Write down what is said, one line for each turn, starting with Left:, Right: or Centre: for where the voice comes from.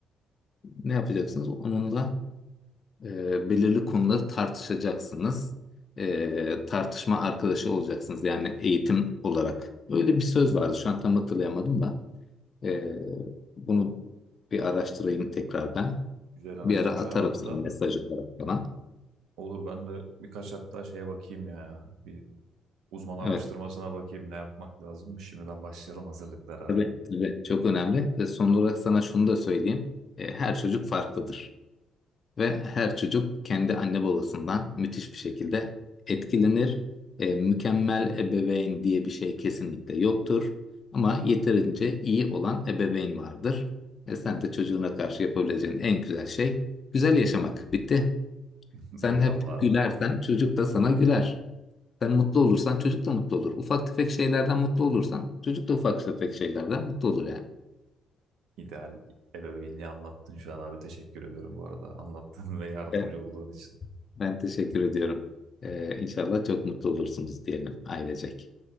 Left: ne yapacaksınız? Onunla e, belirli konuları tartışacaksınız. E, tartışma arkadaşı olacaksınız. Yani eğitim olarak. Öyle bir söz vardı. Şu an tam hatırlayamadım da. Ee, bunu bir araştırayım tekrar ben.
Right: Güzel analizmiş
Left: Bir ara atarım
Right: abi hatta
Left: senin mesaj olarak falan.
Right: Olur ben de birkaç hatta şeye bakayım ya. Bir uzman araştırmasına
Left: Evet,
Right: bakayım ne yapmak lazımmış. Şimdiden başlayalım hazırlıklara
Left: tabii
Right: abi.
Left: tabii çok önemli. Ve son olarak sana şunu da söyleyeyim. Ee, her çocuk farklıdır. Ve her çocuk kendi anne babasından müthiş bir şekilde etkilenir. Ee, mükemmel ebeveyn diye bir şey kesinlikle yoktur. Ama yeterince iyi olan ebeveyn vardır. E sen de çocuğuna karşı yapabileceğin en güzel şey güzel yaşamak. Bitti.
Right: <laughs>
Left: Sen
Right: Eyvallah
Left: hep
Right: abi.
Left: gülersen çocuk da sana güler. Sen mutlu olursan çocuk da mutlu olur. Ufak tefek şeylerden mutlu olursan çocuk da ufak tefek şeylerden mutlu olur yani.
Right: İdeal ebeveynliği anlattın şu an abi. Teşekkür ediyorum bu arada. Anlattığın <laughs> ve yardımcı
Left: E,
Right: olduğun için.
Left: Ben teşekkür ediyorum. Ee, İnşallah çok mutlu olursunuz diyelim ailecek.